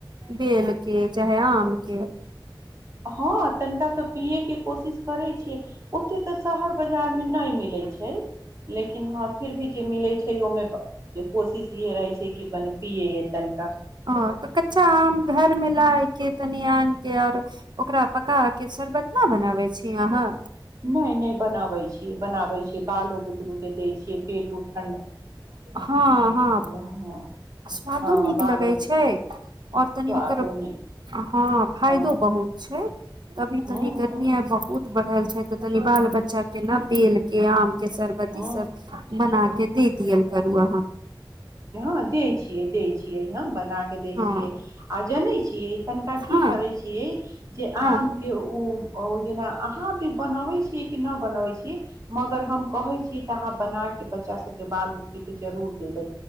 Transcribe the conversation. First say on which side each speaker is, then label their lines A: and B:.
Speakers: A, on the right; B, on the right.
A: बेलके चाहे आम के
B: हँ तनिका तऽ पियैके कोशिश करैत छीियै ओतेक तऽ शहर बाजारमे नहि मिलैत छै लेकिन हँ फिर भी जे मिले छै ओमे कोशिश इहे रहै छै कि बन पिये तनि
A: ओ तऽ कच्चा आम घरमे लाएके तनी आमे के आऔर ओकरा पका के शरबत न बनाबै छी अहाँ
B: नहि नहि बनाबै छी बनावे छै बालो बुतरु के देय छै के पेट उठ
A: हँ हँ
B: हँ
A: स्वादो
B: हँ
A: नीक
B: बालो
A: लगै छै
B: स्वादो
A: और तनी ओकर
B: नहि
A: हँ फायदो
B: हँ
A: बहुत छै तभी तनी
B: हूँ
A: गर्मी
B: हूँ
A: बहुत बढ़ल छै हे त कनि बाल बच्चा के ने बेल के आम के शर्बत
B: हँ
A: ई सब बना के से पियल करू अहाँ
B: हँ दै छियै दै छियै हम बना कऽ दैत
A: हँ
B: छियै आ जनै छियै कि तनिका की
A: हँ
B: करै छियै जे आमके
A: हँ
B: ओ ओ जेना अहाँ भी बनबैत छियै कि नहि बनबैत छीियै मगर हम कहै छी तऽ अहाँ बना के बच्चा सबके बाल बतरू के जरूर देबै